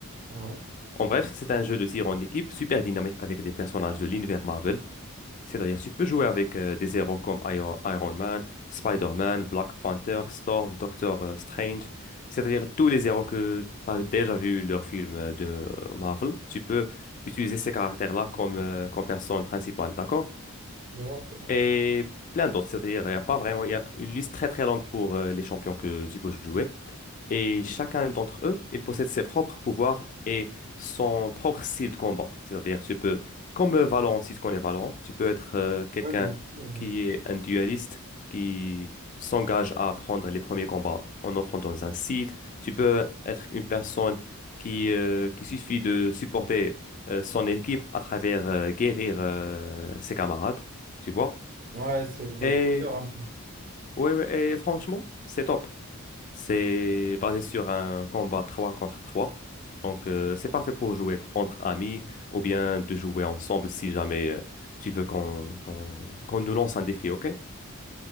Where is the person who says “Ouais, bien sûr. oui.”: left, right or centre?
Right